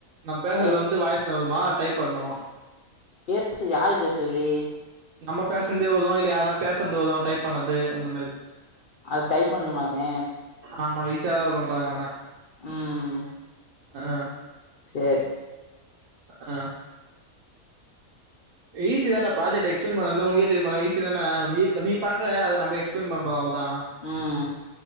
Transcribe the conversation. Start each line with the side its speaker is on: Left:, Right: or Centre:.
Right: நம்ம பேசுறது
Left: டை
Right: வந்து வாய்ஸ் <unintelligible> மா டைப் பண்ணுமா
Left: பேசு யாரு பேசறது
Right: நம்ம பேசன்ந்தே வரும் இல்ல யார்னா பேசன்ந்து வரும் டைப் பண்ணது அந்த மாறி
Left: அது டைப் பண்ணுமாக்கே
Right: ஆமா ஈஸியா இருக்குன்றா எங்க அண்ணே
Left: ம்
Right: அ அ
Left: சேரி
Right: அ ஈசி தாண்டா பிராஜக்ட் எக்ஸ்பிளைன் பண்றது தா உனக்கே தெரியுமேண்ணா ஈசி தான நீப் நீ பண்ற அத நம்ப எக்ஸ்பிளைன் பண்ணபோறோ அவள் தா
Left: ம்